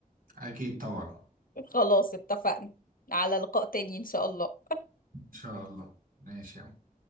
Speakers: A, on the right; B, on the left.
A: أكيد طبعا
B: خلاص اتفقنا على لقاء تاني إن شاء الله
A: إن شاء الله ماشي يا عم.